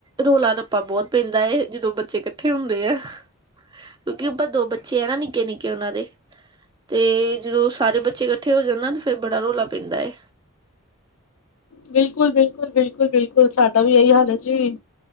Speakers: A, on the right; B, on the left.
A: ਰੌਲਾ-ਰੱਪਾ ਬਹੁਤ ਪੈਂਦਾ ਏ, ਜਦੋਂ ਬੱਚੇ ਇਕੱਠੇ ਹੁੰਦੇ ਐ। ਕਿਉਂਕਿ ਉਪਰ ਦੋ ਬੱਚੇ ਆ, ਨਿੱਕੇ-ਨਿੱਕੇ ਉਹਨਾਂ ਦੇ। ਤੇ ਜਦੋਂ ਸਾਰੇ ਬੱਚੇ ਇਕੱਠੇ ਹੋ ਜਾਂਣ ਨਾ ਤਾ ਫੇਰ ਬੜਾ ਰੌਲਾ ਪੈਂਦਾ ਏ।
B: ਬਿਲਕੁਲ-ਬਿਲਕੁਲ, ਬਿਲਕੁਲ -ਬਿਲਕੁਲ ਸਾਡਾ ਵੀ ਇਹੀ ਹਾਲ ਹੈ ਜੀ।